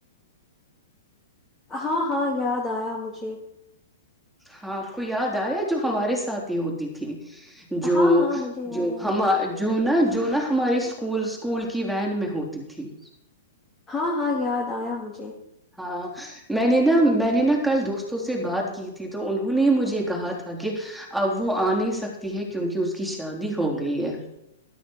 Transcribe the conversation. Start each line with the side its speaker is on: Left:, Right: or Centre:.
Left: ہاں ہاں یاد آیا مجھے پکچھی
Centre: ہاں آپ کو یاد آیا جو ہمارے ساتھ ہی ہوتی تھی جو
Left: ہاں ہاں مجھے یاد
Centre: جو
Left: آیا
Centre: ہم جو نا جو نہ ہماری اسکول اسکول کی وین میں ہوتی تھی
Left: ہاں ہاں یاد آیا مجھے
Centre: ہاں میں نے نا میں نے نا کل دوستوں سے بات کی تھی تو انہوں نے مجھے کہا تھا کہ اب وہ آ نہیں سکتی ہے کیونکہ اس کی شادی ہو گئی ہے